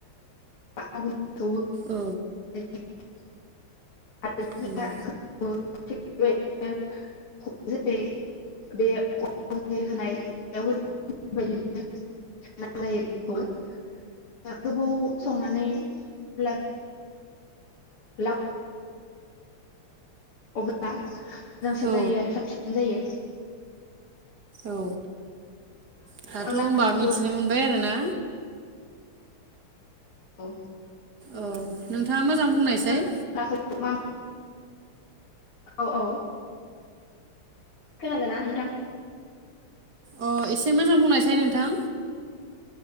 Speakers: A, on the left; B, on the right.
A: <unintelligible>
B: औ
A: <unintelligible> <unintelligible>
B: उम
A: <unintelligible> <unintelligible> अब्ला मोजांसिन
B: औ
A: जायो आरो साबसिन जायो।
B: औ दाथ'
A: अनला
B: होनबा
A: ओंख्रिखौ
B: मिथिनो मोनबाय आरोना
A: औ
B: अ नोंथाङा मोजां बुंनायसाय
A: <unintelligible> औ औ खोनादोंना नोंथां?
B: अ एसे मोजां बुंनायसाय नोंथां।